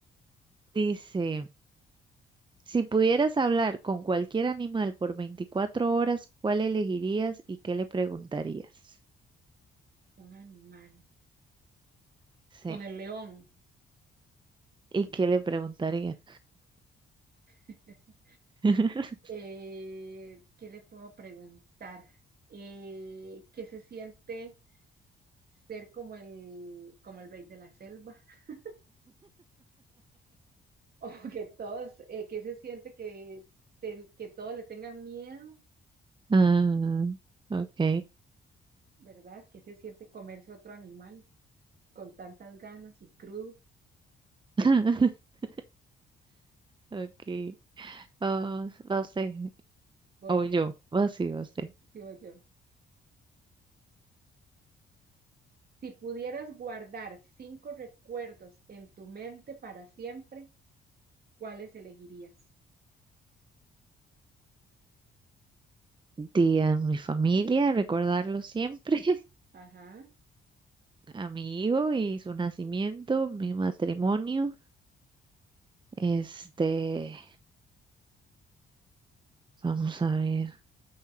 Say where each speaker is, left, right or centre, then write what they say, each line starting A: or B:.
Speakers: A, on the right; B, on the right.
A: Dice. Si pudieras hablar con cualquier animal por 24 horas, ¿cuál elegirías y qué le preguntarías?
B: Un animal.
A: Sí,
B: Con el león.
A: ¿y qué le preguntaría?
B: <laughs>
A: <laughs>
B: Eh, ¿qué le puedo preguntar? Eh, ¿qué se siente ser como el, como el rey de la selva? <laughs> O que todos, eh, ¿qué se siente que, te- que todos le tengan miedo,
A: Ah, ok.
B: ¿verdad? ¿Qué se siente comerse otro animal con tantas ganas y crudo?
A: <laughs> Ok. Vamos, va usted.
B: Voy
A: O yo.
B: yo,
A: Va sí, va usted.
B: sí voy yo. Si pudieras guardar cinco recuerdos en tu mente para siempre, ¿cuáles elegirías?
A: Di a mi familia, recordarlo siempre. <laughs>
B: Ajá,
A: A mi hijo y su nacimiento, mi matrimonio. Este, vamos a ver.